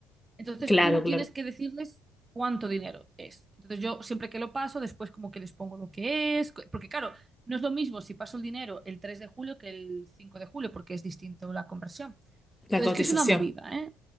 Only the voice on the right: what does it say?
Entonces
tú
tienes que decirles cuánto dinero es. Entonces yo siempre que lo paso, después como que les pongo lo que es, co- porque claro, no es lo mismo si paso el dinero el 3 de julio que el 5 de julio, porque es distinto la conversión.
Entonces,
que es una movida, ¿eh?